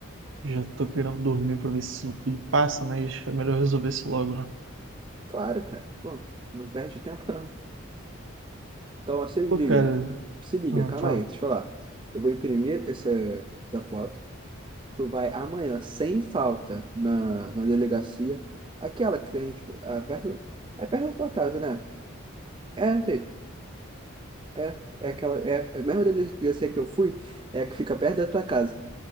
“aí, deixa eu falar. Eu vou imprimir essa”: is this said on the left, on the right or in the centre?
Right